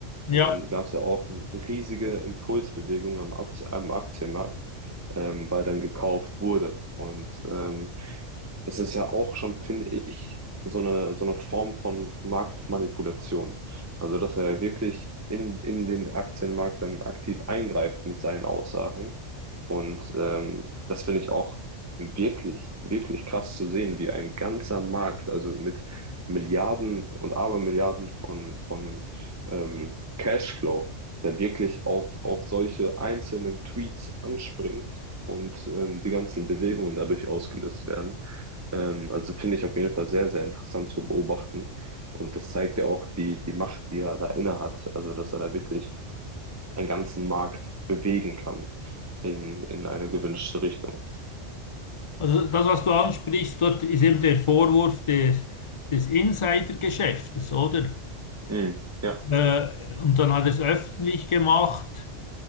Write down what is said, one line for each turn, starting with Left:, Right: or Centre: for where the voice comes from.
Left: ja.
Right: Und dann gab es ja auch riesige Impulsbewegungen am, Akt- am Aktienmarkt, ähm, weil dann gekauft wurde. Und ähm, das ist ja auch schon, finde ich, so eine, so eine Form von Marktmanipulation. Also, dass er wirklich in, in den Aktienmarkt dann aktiv eingreift mit seinen Aussagen. Und ähm, das finde ich auch wirklich, wirklich krass zu sehen, wie ein ganzer Markt, also mit Milliarden und Abermilliarden von, von ähm, Cashflow, der wirklich auf, auf solche einzelnen Tweets anspringt und ähm, die ganzen Bewegungen dadurch ausgelöst werden. Ähm, also finde ich auf jeden Fall sehr, sehr interessant zu beobachten. Und das zeigt ja auch die, die Macht, die er da inne hat. Also, dass er da wirklich einen ganzen Markt bewegen kann in, in eine gewünschte Richtung.
Left: Also das, was du ansprichst, dort ist eben der Vorwurf des, des Insidergeschäftes, oder?
Right: Mhm. Ja,
Left: Äh, und dann hat er es öffentlich gemacht.